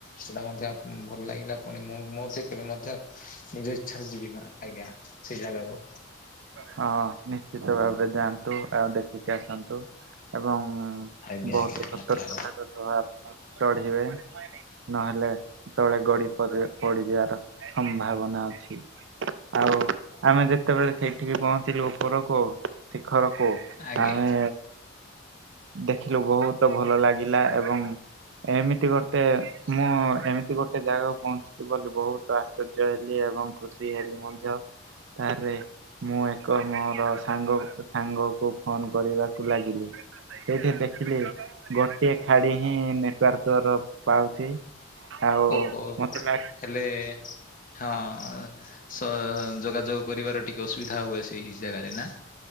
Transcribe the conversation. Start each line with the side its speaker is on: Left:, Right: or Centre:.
Left: ସେଇଟା ମଧ୍ୟ ଭଲ ଲାଗିଲା ପୁଣି ମୋ ମଧ୍ୟ ନିଜ ଇଚ୍ଛାରେ ଯିବିି ଆଜ୍ଞା। ସେ ଜାଗାକୁ।
Right: ହଁ ନିଶ୍ଚିତ ଭାବରେ ଯାଆନ୍ତୁ ଆଉ ଦେଖିକି ଆସନ୍ତୁ। ଏବଂ
Left: ଆଜ୍ଞା
Right: ବହୁତ
Left: ଆଜ୍ଞା ନିହାତି
Right: ସତର୍କତା
Left: ଭାବରେ
Right: ର ସହ ଆପଣ ଚଢିବେ। ନହେଲେ ତଳେ ଗଡି ପଡିଯିବାର ସମ୍ଭାବନା ଅଛି। ଆଉ ଆମେ ଯେତେବେଳେ ସେଇଠିକି ପହଞ୍ଚିଲୁ ଉପରକୁ ଘରକୁ
Left: ଆଜ୍ଞା
Right: ଆମେ ଦେଖିଲୁ ବହୁତ ଭଲ ଲାଗିଲା। ଏବଂ ଏମିତି ଗୋଟେ ମୁଁ ଏମିତି ଗୋଟେ ଜାଗାକୁ ପହଞ୍ଚିଛି ବୋଲି ବହୁତ ଆଶ୍ଚର୍ଯ୍ୟ ହେଲି। ଏବଂ ଖୁସି ହେଲେ ମଧ୍ୟ। ତାରେ ମୁଁ ଏକ ମୋର ସାଙ୍ଗ ସାଙ୍ଗ କୁ ଫୋନ କରିବାକୁ ଲାଗିଲି। ସେଇଠି ଦେଖିଲି ଗୋଟିଏ ଧାଡି ହିଁ ନେଟୱାର୍କ ର ପାଉଛି। ଆଉ
Left: ଓହୋ।
Right: ମତେ ଲା
Left: ହେଲେ ହଁ ସ ଯୋଗାଯୋଗ କରିବାର ଟିକେ ଅସୁବିଧା ହୁଏ ସେଇ ଜାଗାରେ ନା।